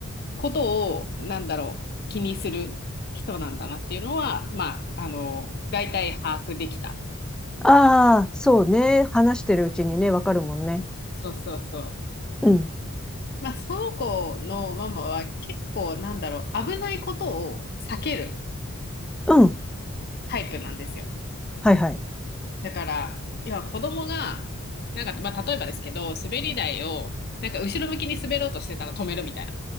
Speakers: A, on the left (about 45°); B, in the centre.
A: ことを、なんだろう、気にする人なんだなっていうのは、まあ、あの、大体把握できた。
B: ああ、そうね。話してるうちにね、わかるもんね。
A: そうそうそう。
B: うん。
A: まあ、その子のママは結構、なんだろう、危ないことを避ける
B: うん。
A: タイプなんですよ。
B: はいはい。
A: だから、要は子供が、なんか、まあ、例えばですけど、滑り台を、なんか後ろ向きに滑ろうとしてたら止めるみたいな。